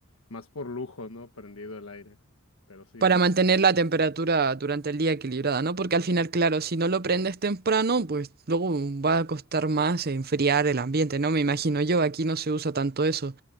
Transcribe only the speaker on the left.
más por lujo, ¿no? Prendido el aire. Pero sí,